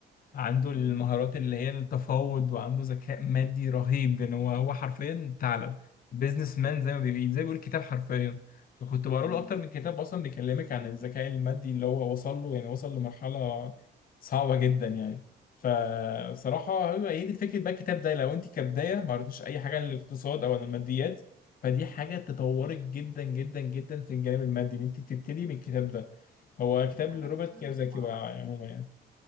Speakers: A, on the left (about 45°); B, on the right (about 60°).
A: عنده المهارات
B: مم.
A: اللي هي التفاوض وعنده ذكاء مادي رهيب يعني هو هو حرفيا ثعلب بيزنس مان زي ما بيقول زي ما بيقول كتاب حرفيا فكنت بقرا
B: مم.
A: له اكتر من كتاب اصلا بيكلمك عن الذكاء المادي اللي هو وصل له يعني وصل لمرحله صعبه جدا يعني فصراحه هو هي دي فكره بقى الكتاب ده لو انت كبدايه ما قريتيش اي حاجه عن الاقتصاد او عن الماديات فدي حاجه تطورك جدا جدا جدا في الجانب المادي ان انت تبتدي من الكتاب ده هو كتاب
B: انا
A: لروبرت
B: فعلا
A: كيوساكي
B: ما
A: بقى عموما يعني.